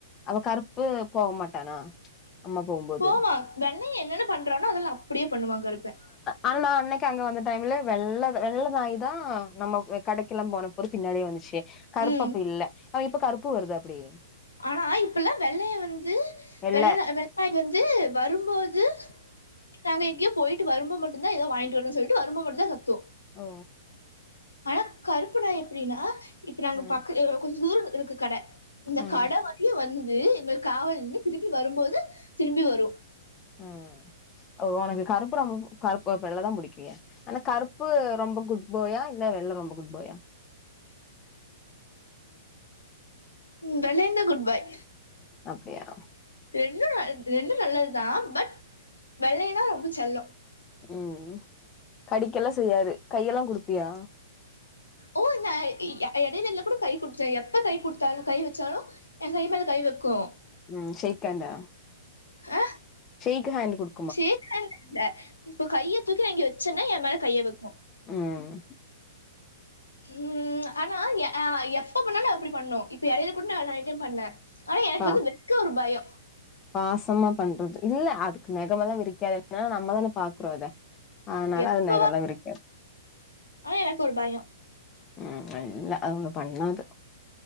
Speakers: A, on the left; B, on the left.
A: அவ கருப்பு போவ மாட்டானா அம்மா போம்போது
B: போவா வெள்ளைய என்னென்ன பண்றான்னோ அதெல்லா அப்படியே பண்ணுவா கருப்ப
A: ஆனா நா அன்னைக்கு அங்க வந்த டைம்ல வெள்ள வெள்ள நாய் தா நம்ம கடைக்கெல்லா போன போது பின்னாடியே வந்துச்சே கருப்பு
B: ம்
A: அப்ப இல்ல ஆனா இப்ப கருப்பு வருதா அப்படி
B: ஆனா இப்பெல்லா வெள்ளைய வந்து
A: வெள்ள
B: வெள்ளநா வெள்ளநாய் வந்து வரும்போது நாங்க எங்யோ போய்ட்டு வரும்போ மட்டுதா ஏதோ வாங்கிட்டு வரோன் சொல்லிட்டு வரும்போ மட்டு தா கத்து
A: ஓ
B: ஆனா கருப்புநாய் எப்டின்னா இப்ப நாங்க
A: ம்
B: பக்க கொஞ்ச தூரோ இருக்கு கட இந்த
A: ம்
B: கட வரியு வந்து எங்களுக் காவலிந்து திரும்பி வரும்போது திரும்பி வரு
A: ம் ஒனக்கு கருப்பு ரொம் கருப்பு அப்ப வெள்ள தா புடிக்குலியா ஆனா கருப்பு ரொம்ப குட் பாயா இல்ல வெள்ள ரொம்ப குட் பாயா
B: ம் வெள்ளையந்தா குட் பாய்
A: அப்டியா
B: ரெண்டு ரெண்டு நல்லது தா பட் வெள்ளையன்தா ரொம்ப செல்லோ
A: ம் ம் கடிக்கெல்லா செய்யாது கையெல்லா குடுப்பியா
B: ஓ நா எ எடைலல்ல கூடு கை குடுத்தே எப்ப கை குடுத்தாலு கை வெச்சாலு எ கை மேல கை வெக்கு
A: ம் ஷேக்கண்ட
B: அ
A: ஷேக்ஹான்டு குடு
B: ஷேக்ஹன்ட் இல்ல இப்ப கைய தூக்கி நா இங்க வெச்சன்னா என் மேல கைய வெக்கு
A: ம்
B: ம் ஆனா அ எப்ப பண்ணாலு அப்டி பண்ணு இப்ப எடைல கூட நா நெரைய டைம் பண்ண ஆனா எனக்கு
A: பா
B: வந்து வெக்க ஒரு பயோ
A: பாசமா பண்றது இல்ல அதுக்கு நெகமெல்லா விரிக்காது எனா நம்ம தான பாக்கறோ அத அதனால
B: எப்ப
A: அது நெகல்லா விரிக்காது
B: ஆனா எனக்கு ஒரு பயோ
A: ம் இல்ல அது ஒன்னு பண்ணாது